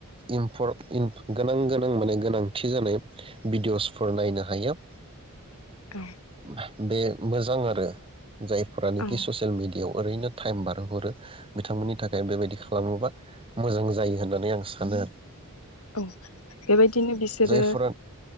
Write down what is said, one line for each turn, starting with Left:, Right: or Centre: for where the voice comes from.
Right: इनफर इन गोनां गोनां माने गोनांथि जानाय बिडिअस नायनो हायोब
Left: औ
Right: <unintelligible> बे मोजां आरो जायफोरानोखि
Left: औ
Right: ससियेल मिडियायाव ओरैनो टाइम बारहोहरो बिथांमोननि थाखाय बेबायदि खालामोबा मोजां जायो होननानै आं सानो आरो
Left: औ बेबायदिनो बिसोरो।
Right: जायफोरा